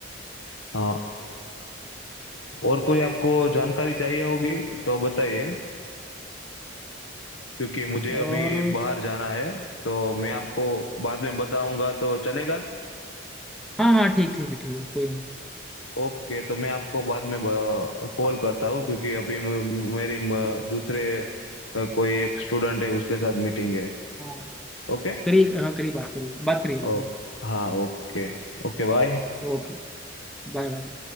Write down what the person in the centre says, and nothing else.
और
हाँ हाँ ठीक ठीक है ठीक है कोई नहीं
हाँ
करिए हाँ करिए बात करिए बात करिए आप
ओके Bye bye